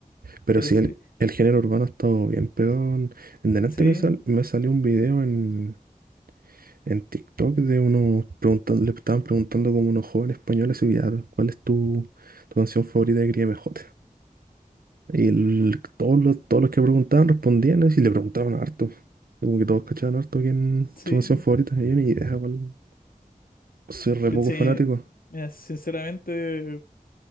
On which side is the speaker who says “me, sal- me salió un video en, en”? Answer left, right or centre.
Right